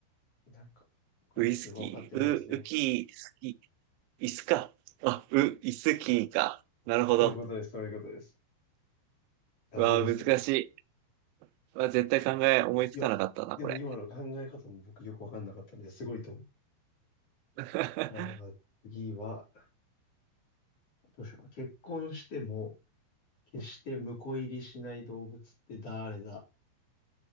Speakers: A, on the left (about 30°); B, on the right (about 85°).
A: なんか、僕もちょっとよくわかってないですね。
B: ウイスキー、ウ、
A: 僕
B: ウキー、スキー、イスか。あ、ウ、イスキーか。なるほど。
A: そういうことです、そういうことです。謎ですよ。
B: うわー、難しい。うわ絶対考え、思いつかなかったな、
A: いや、でも今の考え方も僕よくわかんなかったんで、
B: これ。
A: すごいと思う。
B: <laughs>
A: じゃあ、次は、どうしようかな。結婚しても、決して婿入りしない動物って誰だ